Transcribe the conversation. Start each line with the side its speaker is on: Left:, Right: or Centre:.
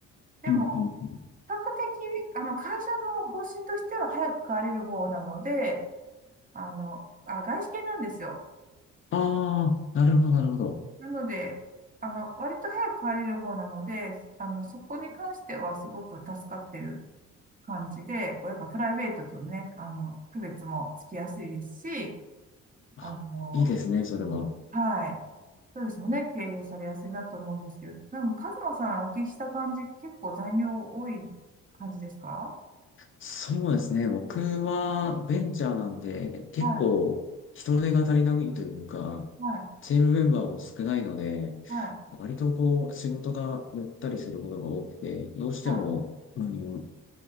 Right: でも
Left: うん、うん、うん。
Right: 比較的、あの、会社の方針としては早く帰れる方なので、あの、あ、外資系なんですよ。
Left: ああ、なるほど、なるほど。
Right: なので、あの、割と早く帰れる方なので、あの、そこに関してはすごく助かってる感じで、こうやっぱプライベートとね、あの、区別もつきやすいですし、
Left: あ、
Right: あの、
Left: いいですね、それは。
Right: もうはい。そうですもね、経営されやすいなと思うんですけど、でも、カズマさんお聞きした感じ、結構残業多い感じですか
Left: そうですね。僕はベンチャーなんで、結構人手が足りないというか、
Right: はい、はい、
Left: チームメンバーも少ないので、
Right: はい、
Left: 割とこう仕事がゆったりすることが多くて、どうしても、
Right: はい。
Left: あの